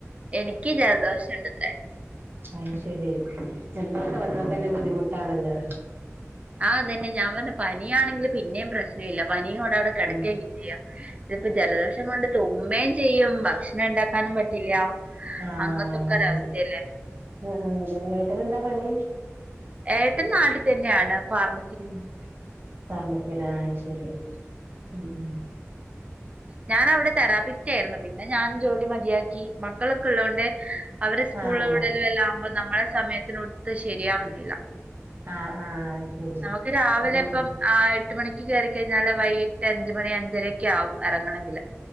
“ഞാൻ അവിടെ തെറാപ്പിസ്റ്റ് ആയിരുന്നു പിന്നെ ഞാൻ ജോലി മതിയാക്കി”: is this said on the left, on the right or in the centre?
Right